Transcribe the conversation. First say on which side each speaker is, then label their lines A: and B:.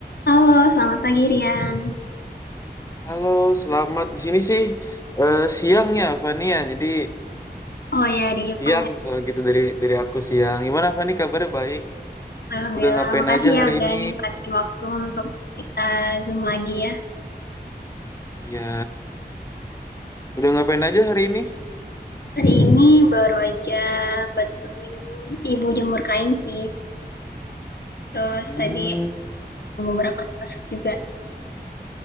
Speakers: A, on the left (about 65°); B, on the left (about 20°).
A: Halo, selamat pagi Rian.
B: Halo, selamat di sini sih eh, siang ya Fani ya. Jadi
A: Oh ya, di Jepang
B: siang
A: ya.
B: kalau gitu dari dari aku siang. Gimana Fani kabarnya baik?
A: Alhamdulillah,
B: Udah ngapain
A: makasih
B: aja
A: ya
B: hari
A: udah
B: ini?
A: nyempatin waktu untuk kita Zoom lagi ya.
B: Iya, udah ngapain aja hari ini?
A: Hari ini baru aja bantuin ibu jemur kain sih. Terus
B: Hmm,
A: tadi beberapa task juga.